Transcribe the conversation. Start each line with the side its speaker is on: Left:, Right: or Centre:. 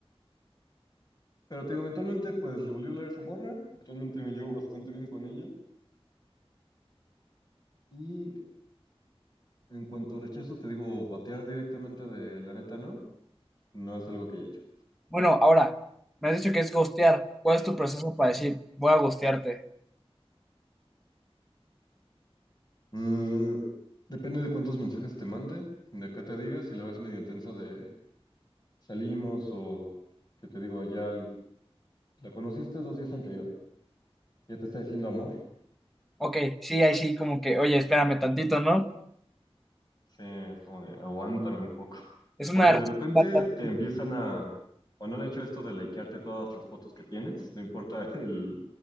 Left: Pero te digo, eventualmente pues le volvió a hablar a esa morra. Actualmente me llevo bastante bien con ella. Y en cuanto a rechazo, te digo, batear directamente de la neta, ¿no? No es algo que haya hecho.
Centre: Bueno, ahora, me has dicho que es ghostear. ¿Cuál es tu proceso para decir, voy a ghostearte?
Left: Mm, depende de cuántos mensajes te mande, de qué te diga, si la ves medio intensa de salimos o que te digo, ya l- la conociste dos días anterior. Ya te está diciendo amor.
Centre: Ok, sí, ahí sí, como que, oye, espérame tantito, ¿no?
Left: Sí, es como de, aguántame un poco.
Centre: Es una...
Left: Porque
Centre: respuesta-
Left: de repente te empiezan a, o no han hecho esto de likearte todas las fotos que tienes, no importa <laughs> el